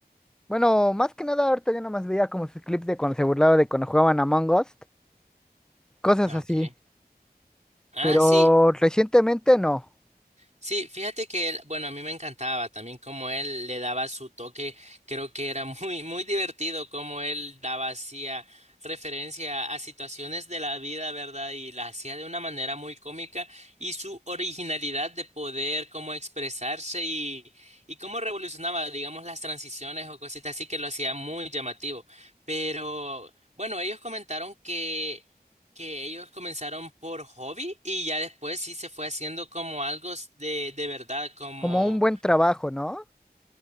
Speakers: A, in the centre; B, on the right (about 45°).
A: bueno, más que nada ahorita yo nomás veía como sus clips de cuando se burlaba de cuando jugaban Among Us, cosas
B: Ah,
A: así.
B: ok. Ah,
A: Pero
B: sí,
A: recientemente no,
B: Sí, fíjate que él, bueno, a mí me encantaba también cómo él le daba su toque, creo que era muy, muy divertido cómo él daba, hacía referencia a situaciones de la vida, ¿verdad? Y la hacía de una manera muy cómica y su originalidad de poder, cómo expresarse y, y cómo revolucionaba, digamos, las transiciones o cositas así que lo hacía muy llamativo. Pero bueno, ellos comentaron que que ellos comenzaron por hobby y ya después sí se fue haciendo como algo s- de, de verdad, como
A: como un buen trabajo, ¿no?